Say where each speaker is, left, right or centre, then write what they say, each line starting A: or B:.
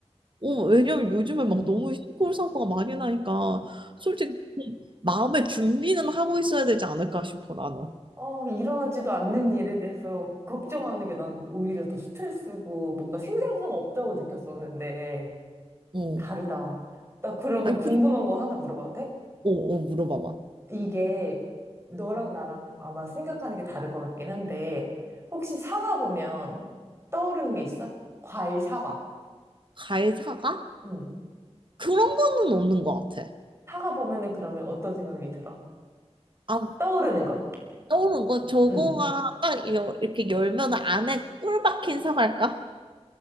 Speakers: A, on the right; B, on the right.
A: 어, 왜냐면 요즘에
B: 응.
A: 막 너무 시골 사고가 많이 나니까 솔직히 마음의 준비는 하고 있어야 되지 않을까 싶어 나는.
B: 어, 일어나지도 않는 일에 대해서 걱정하는 게 난 오히려 더 스트레스고 뭔가 생산성 없다고 느꼈었는데
A: 어.
B: 다르다. 나 그러면
A: 아니
B: 궁금한
A: 근데
B: 거 하나 물어봐도 돼?
A: 어, 어 물어봐봐.
B: 이게 너랑 나랑 아마 생각하는 게 다를 것 같긴 한데 혹시 사과 보면 떠오르는 게 있어? 과일 사과.
A: 가해사가?
B: 응.
A: 그런 거는 없는 것 같아.
B: 사과 보면은 그러면 어떤 생각이 들어?
A: 아
B: 떠오르는 것.
A: 떠오른 거 저거가
B: 응.
A: 딱 여- 이렇게 열면 안에 꿀 박힌 사과일까?